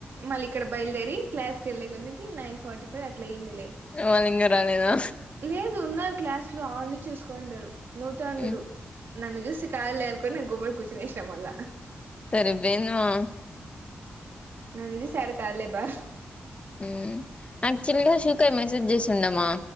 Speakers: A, on the right (about 70°); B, on the left (about 30°).
A: మళ్ళీ ఇక్కడ బయలుదేరి క్లాస్కి వెళ్ళే కొందుకి నైన్ ఫార్టీ ఫైవ్ అట్లా అయ్యింది లే
B: వాళ్ళు ఇంగ రాలేదా
A: లేదు ఉన్నారు క్లాస్ లో ఆడనే చూసుకోండరు నవ్వుతండరు
B: ఉమ్
A: నన్ను చూసి కాదులే అనుకుని నేను గమ్మున కూర్చునేసిన మళ్ళ
B: సరిపోయింది మా
A: నన్ను చూసి యాడ కాదు లే బా
B: మ్మ్ యాక్చువల్గా షూకర్ మెసేజ్ చేసిండమ్మ